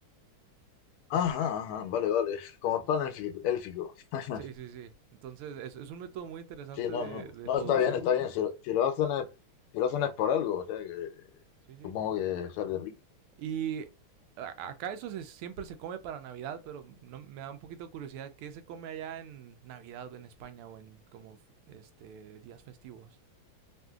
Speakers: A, on the left; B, on the right.
A: Ajá,
B: <laughs>
A: ajá, vale, vale. Como el pan élfico. élfico. <laughs>
B: Sí, sí, sí. Entonces, es, es un método muy interesante
A: Sí, no,
B: de,
A: no.
B: de
A: No,
B: producción.
A: está bien, está bien. Si lo, si lo hacen es, si lo hacen es por algo, o sea que
B: Sí, sí.
A: supongo que sale rico.
B: Y a- acá eso se- siempre se come para Navidad, pero no, me da un poquito de curiosidad qué se come allá en Navidad en España o en como f- este días festivos.